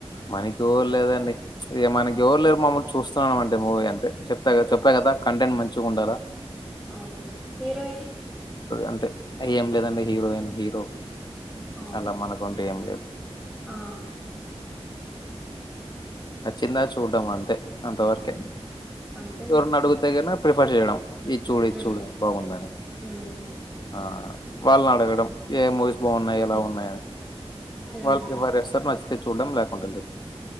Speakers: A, on the left; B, in the centre.
A: మనకి ఎవరు లేరండి మనకి ఎవరు లేరు మమ్మలు చూస్తున్నాన, అండి మూవీ అంతే చెప్తా చెప్పా కదా కంటెంట్ మంచిగా ఉండాలా,
B: అవును హీరోయిన్
A: అంటే ఏం లేదండి హీరోయిన్, హీరో
B: అవునులే
A: అలా మనకుం లేదు
B: ఆ
A: నచ్చిందా చూడమా అంతే అంత వరకే
B: అంతేలే
A: ఎవరిని అడుగితే కనా ప్రిఫెర్ చేయడం, ఈది చూడు ఈది
B: ఉమ్
A: చూడు బాగుందని
B: ఉమ్
A: ఆ వాళ్ళుని అడగడం ఏ మూవీస్ బాగున్నా, ఎలా ఉన్నాయి.
B: ఉమ్
A: వాళ్ళు ప్రిఫెర్ చేస్తారు, నచ్చితే చూడం లేకతే అంతే లే